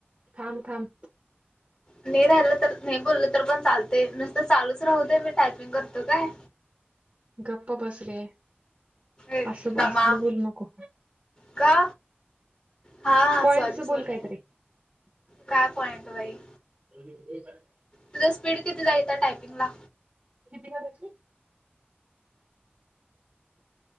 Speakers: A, on the right; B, on the left.
A: थां- थां
B: नाही राहिलं तर नाही बोललं तर पण चालत नुसतं चालूच राहू दे मी टायपिंग करतो काय
A: गप्प बस गे
B: ए,
A: असं
B: नमा
A: असलं बोलू नकॊ
B: का हा
A: पॉइंटच
B: सॉरी- सॉरी
A: बोल काहीतरी
B: काय पॉइंट बाई
A: अ
B: तुझ्या स्पीड किती जायच टायपिंग ला
A: कितीची